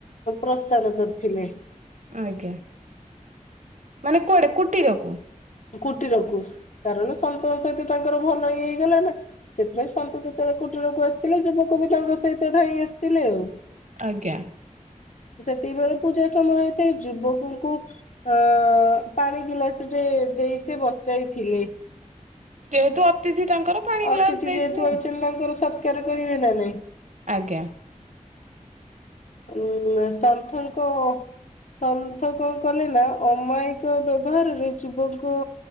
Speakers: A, on the left (about 65°); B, on the right (about 65°).
A: ପ୍ରସ୍ଥାନ କରିଥିଲେ।
B: ଆଜ୍ଞା ମାନେ କୁଆଡେ କୁଟରକୁ?
A: କୁଟିରକୁୁ କାରଣ ସନ୍ତଙ୍କ ସହିତ ତାଙ୍କର ଭଲ ଇଏ ହେଇଗଲା ନା ସେଥିପାଇଁ ସନ୍ଥ ଯେତେବେଳେ କୁଟୀରକୁ ଆସିଥିଲେ ଯୁବକ ବି ତାଙ୍କ ସହିତ ଧାଇଁ ଆସିଥିଲେ ଆଉ।
B: ଆଜ୍ଞା।
A: ସେତିକିବେଳେ ପୂଜା ସମୟ ହେଇଥାଏ ଯୁବକଙ୍କୁ ଅଁ ପାଣି ଗିଲାସଟେ ଦେଇ ସେ ବସାଇଥିଲେ।
B: ଯେହେତୁ ଅତିଥି ତାଙ୍କର ପାଣି
A: ଅତିଥି
B: ଗ୍ଲାସ ଦେଇଥିବେ
A: ଯେହେତୁ ଆଇଚନ୍ତି ତାଙ୍କର ସତ୍ କାର କରିବେ ନା ନାଇଁ।
B: ଆଜ୍ଞା।
A: ଉଁ ସନ୍ଥଙ୍କ ସନ୍ଥ କଣ କଲେ ନା ଅମାୟିକ ବ୍ୟବହାରରେ ଯୁବ କୁ